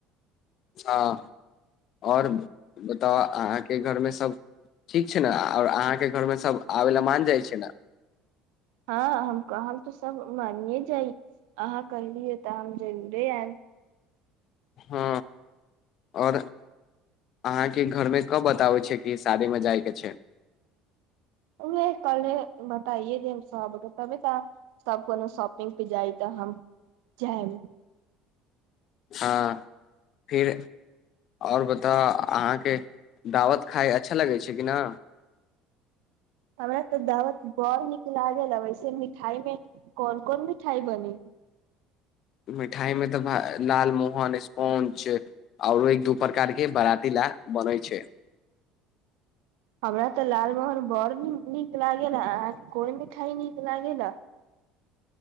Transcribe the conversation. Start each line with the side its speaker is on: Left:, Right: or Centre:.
Left: हँ और बताउ अहाँके घर में सब ठीक छैयने आउर अहाँके घर में सब आबेला मानि जाइ छै ना
Right: हँ हम कह हम तऽ सब मानिये जाइ अहाँ कहलियै तऽ हम जरूरे आयब
Left: हँ आओर अहाँके घर में कब बताबैइ छै कि शादी में जाइके छै
Right: उहे कल्हे आइे जे सब ताबे ताऽ सब कोनो शॉपिंग पे जाइ तऽ हम जायम
Left: हां फिर और बता अहाँके दावत खाय अच्छा लगैइ छै कि न
Right: हमरा तऽ दावत बड़ नीक लागेला वैसे मिठाई में कोन कोन मिठाई बनी
Left: <inaudible> मिठाइ मे तऽ लाल मोहन स्पोन्ज आउरो एक दू प्रकारके बराती ला बनैइ छैइ
Right: हमरा तऽ लालमोहन बड़ नीक नीक लागेला कोइ मिठाइ नीक लागेेला